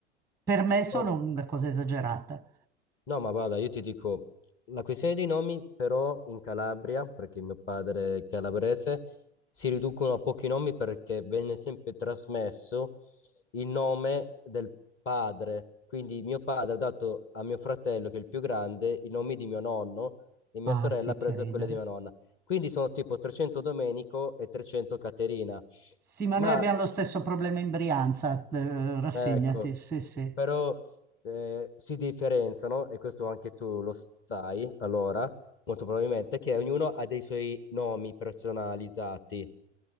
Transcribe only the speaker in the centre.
per me sono
una cosa esagerata.
Ah
sì,
che
ridere.
Sì, ma noi
abbiamo lo stesso problema in Brianza, eh, rassegnati,
sì, sì.